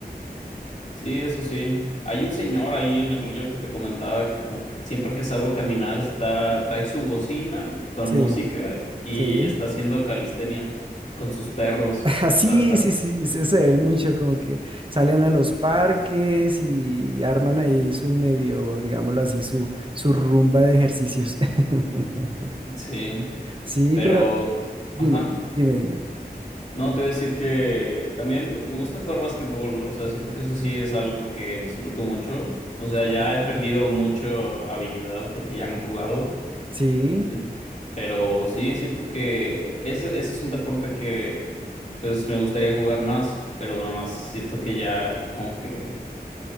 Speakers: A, on the left (about 45°); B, on the right (about 30°).
A: Sí, eso sí. Hay un señor ahí en el río que te comentaba que como que siempre que salgo a caminar está, trae su bocina con
B: Sí,
A: música y
B: sí.
A: está haciendo calistenia con sus perros.
B: <laughs>
A: O
B: Sí,
A: sea, está.
B: sí, sí, se, se ve mucho como que salen a los parques y arman ahí su medio, digámoslo así, su, su rumba de ejercicios. <laughs>
A: Sí.
B: Sí,
A: Pero,
B: pero dime,
A: ajá.
B: dime, dime.
A: No, te voy a decir que también me gusta jugar básquetbol. O sea, siento que eso sí es algo que disfruto mucho. O sea, ya
B: Ah,
A: he perdido mucho habilidad porque ya no he jugado.
B: sí,
A: En- Pero sí, siento que ese, ese es un deporte que pues me gustaría jugar más, pero nada más siento que ya como que,